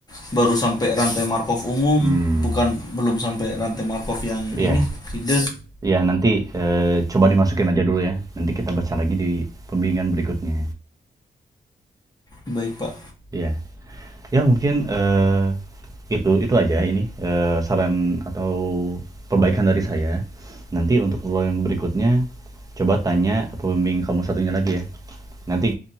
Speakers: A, on the left; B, on the right.
A: baru sampai rantai Markov umum,
B: Hmm,
A: bukan belum sampai rantai Markov yang
B: iya,
A: ini hidden.
B: iya nanti eh, coba dimasukin aja dulu ya. Nanti kita baca lagi di pembimbingan berikutnya.
A: Baik Pak.
B: Iya, ya mungkin eh, itu itu aja ini eh, saran atau perbaikan dari saya. Nanti untuk lo yang berikutnya coba tanya pembimbing kamu satunya lagi ya. Nanti